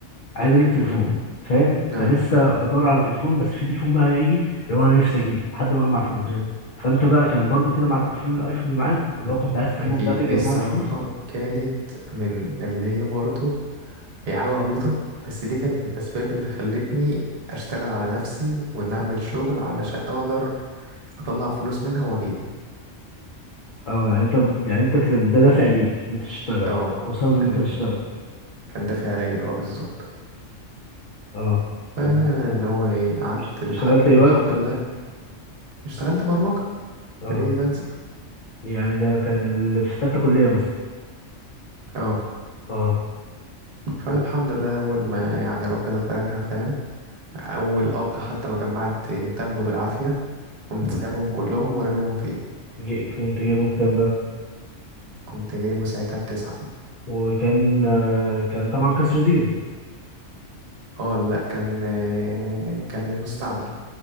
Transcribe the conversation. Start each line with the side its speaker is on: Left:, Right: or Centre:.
Left: عايز اجيب تليفون
Right: مم.
Left: فاهم
Right: اه
Left: فلسه بدور على تليفون بس في تليفون بقى هيجي اللي هو انا نفسي اجيبه لحد ما اجمع فلوس
Right: مم.
Left: فانت بقى كان برضو كده مع التليفون الايفون اللي معاك اللي هو كنت عايز تجيبه
Right: أكيد
Left: بدأت تجمع
Right: دي الصراحة
Left: له فلوس
Right: كانت من اللي هي برضه هي حاجة عبيطة بس دي كانت من الأسباب اللي خلتني أشتغل على نفسي وإن أعمل شغل علشان أقدر اطلع فلوس منها واجيبه
Left: اه يعني انت يعني انت كان ده دافع ليك ان انت تشتغل
Right: اه
Left: او او سبب ان
Right: كان
Left: انت تشتغل
Right: كان دافع عليا اه بالظبط
Left: اه و...
Right: فاللي
Left: و...
Right: هو ايه قعدت
Left: وش-
Right: لحد
Left: اشتغلت ايه
Right: ما
Left: بقى
Right: الحمد لله اشتغلت برمجة
Left: اه
Right: فريلانسر
Left: يعني ده كان اللي في تالتة كلية مثلا
Right: اه
Left: اه
Right: فالحمد
Left: و...
Right: لله اول ما يعني ربنا فرجها فاهم اول قبض حتى ما جمعت تمنه بالعافية قمت سايبهم كلهم وراميهم فيه
Left: ج- كنت جايبه بكام بقى
Right: كنت جايبه ساعتها بتسعة
Left: وكان آه، كان طبعا كسر زيرو
Right: اه لا كان آه، كان المستعمل